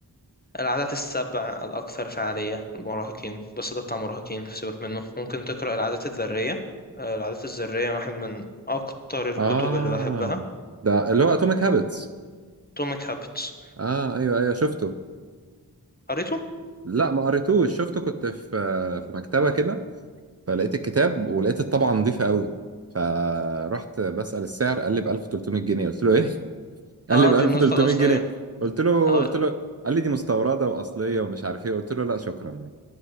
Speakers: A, on the left; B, on the right.
A: العادات السبع الأكثر فعالية للمراهقين بس ده بتاع مراهقين سيبك منه ممكن تقرأ العادات الذرية آه، العادات الذرية واحد من أكتر الكتب
B: اه
A: اللي بحبها
B: ده اللي هو اتوميك هابتس
A: atomic habits
B: اه ايوه ايوه شفته
A: قريته؟
B: لا ما قريتوش شفته كنت في في مكتبه كده فلقيت الكتاب ولقيت الطبعة نظيفة قوي فرحت بسأل السعر قال لي ب 1300 جنيه قلت له ايه <laughs> قال
A: اه
B: لي ب
A: دي
B: 1300
A: النسخة الأصلية
B: جنيه قلت له
A: أو
B: قلت له قال لي دي مستوردة وأصلية ومش عارف ايه قلت له لا شكرا